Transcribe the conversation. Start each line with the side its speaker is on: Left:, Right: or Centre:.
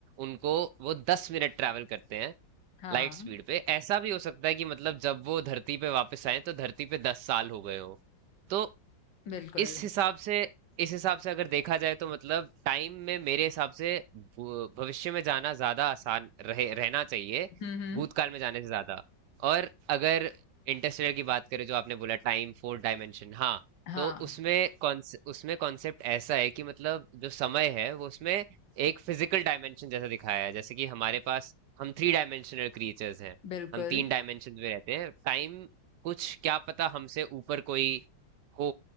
Right: उनको वो दस मिनट ट्रैवल करते हैं
Left: हाँ
Right: लाइट स्पीड पे ऐसा भी हो सकता है कि मतलब जब वो धरती पे वापस आए तो धरती पे दस साल हो गए हो तो
Left: बिल्कुल
Right: इस हिसाब से इस हिसाब से अगर देखा जाए तो मतलब टाइम में मेरे हिसाब से भू- भविष्य में जाना ज्यादा आसान रहे रहना चाहिए
Left: हम्म हम्म
Right: भूतकाल में जाने से ज्यादा और अगर इंटरस्टेलर की बात करें जो आपने बोला टाइम फोर डायमेंशन हाँ
Left: हाँ
Right: तो उसमें कॉन्स उसमें कॉन्सेप्ट ऐसा है कि मतलब जो समय है वो उसमें एक फिजिकल डायमेंशन जैसा दिखाया है जैसे कि हमारे पास हम थ्री डायमेंशनल क्रिएचर्स हैं
Left: बिल्कुल
Right: हम तीन डायमेंशन में रहते हैं टाइम कुछ क्या पता हमसे ऊपर कोई हो